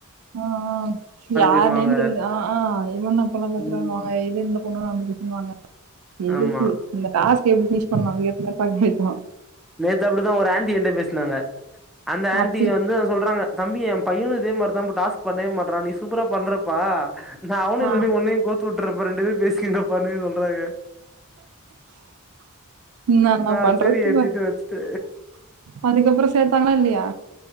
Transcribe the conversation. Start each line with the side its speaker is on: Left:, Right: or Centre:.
Right: ஆஹ் யாருனேு
Centre: பேசுவாங்க
Right: தெரியுது ஆ ஆ இவண்ணப்பல்லா பேசுறுவாங்க
Centre: ம்
Right: எது இந்தன பொண்ணும்னு அம்ப சொன்னுவாங்க எதுக்கு
Centre: ஆமா
Right: இந்த காசு <unintelligible>
Centre: நேத்து அப்படிதா ஒரு ஆன்டி என்ட்ட பேசினாங்க அந்த ஆண்டி
Right: அப்படியே
Centre: வந்து அது சொல்றாங்க தம்பி எ பையனு இதே மாரி தா டாஸ்க் பண்ணவே மாட்டறா நீ சூப்பரா பண்றப்பா நா அவனு
Right: ஆ
Centre: இவுனிய ஒன்னியு கோத் துற்றப்ப ரெண்டு பேர் பேஸின்ன பாண்ணி சொல்றாங்க
Right: நான் என்ன
Centre: நா
Right: பண்றது
Centre: சேரி டிரிட்டு வச்சிட்டு
Right: அதுக்கப்புறோ சேத்தாங்களா இல்லையா